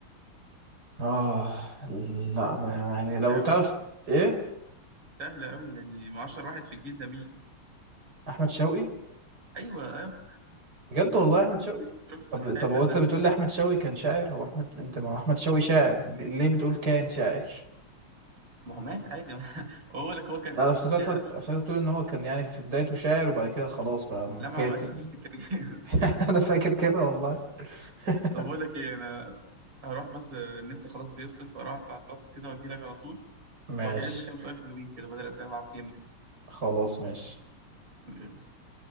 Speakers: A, on the right; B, on the right.
A: اه لا ما- يعني
B: سهله
A: لو تعرف
B: قوي يا اسطى
A: ايه
B: سهله قوي يعني ما 10 واحد في الجيل ده مين
A: احمد شوقي
B: ايوه ايوه
A: بجد والله احمد شوقي
B: شفت
A: طب
B: الحياه
A: طب
B: سهله
A: هو انت
B: ازاي
A: بتقول
B: اه
A: لي احمد شوقي كان شاعر هو احمد انت ما هو احمد شوقي شاعر ليه ليه بتقول كان شاعر
B: ما هو مات عادي <laughs> بقول لك هو كان
A: انا
B: اساسا
A: افتكرتك
B: شاعر
A: افتكرت تقول ان هو كان يعني في بدايته شاعر وبعد كده خلاص بقى
B: لا ما
A: كاتب
B: عملش شفت الكارير
A: <laughs> انا فاكر كده والله
B: <laughs>
A: <laughs>
B: طب بقول لك ايه انا هروح بس آه، النت خلاص بيفصل فاروح ادفع الباقه كده واجي لك على طول
A: ماشي
B: واجهز لك كام سؤال حلوين كده بدل الاسئله العقيمه
A: خلاص ماشي
B: دي <laughs>